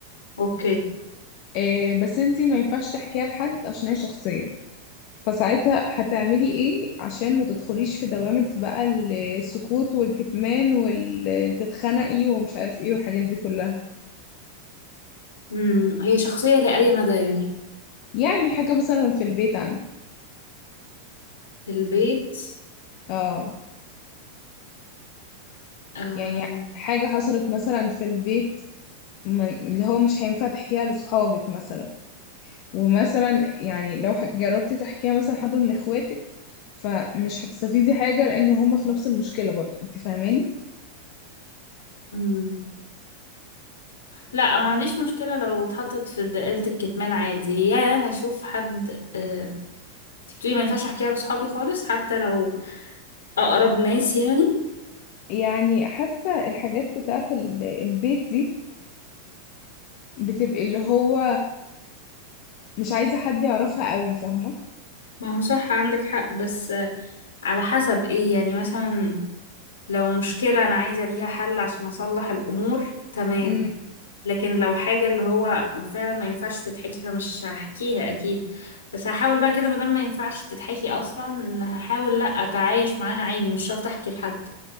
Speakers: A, on the left; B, on the left.
A: اوكي
B: آه بس انتي ما ينفعش تحكيها لحد عشان هي شخصية فساعتها هتعملي ايه عشان ما تدخليش في دوامة بقى السكوت والكتمان وتتخنقي ومش عارف ايه والحاجات دي كلها
A: مم. هي شخصية لأي مدى يعني
B: يعني حاجة مثلا في البيت عندك
A: في البيت
B: اه
A: أم.
B: يعني حاجة حصلت مثلا في البيت ما- اللي هو مش هينفع تحكيها لصحابك مثلا ومثلا يعني لو ح- جربتي تحكيها مثلا حد من اخواتك فمش هتستفيدي حاجة لان هما في نفس المشكلة برضو انت فاهماني
A: مم. لا ما عنديش مشكلة لو اتحطت في دائرة الكتمان عادي يا هشوف حد اه انتي بتقولي ما ينفعش احكيها لصحابي خالص حتى لو أقرب ناس يعني
B: يعني حاسة الحاجات بتاعت ال- البيت دي بتبقي اللي هو مش عايزة حد يعرفها قوي فاهمة
A: ما هو صح عندك حق بس آه، على حسب ايه يعني مثلا لو مشكلة أنا عايزة ليها حل عشان أصلح الأمور تمام
B: امم
A: لكن لو حاجة اللي هو فعلا ما ينفعش تتحكي فمش هحكيها أكيد بس هحاول بقى كده مادام ما ينفعش تتحكي أصلا هحاول لأ أتعايش معاها عادي مش شرط أحكي لحد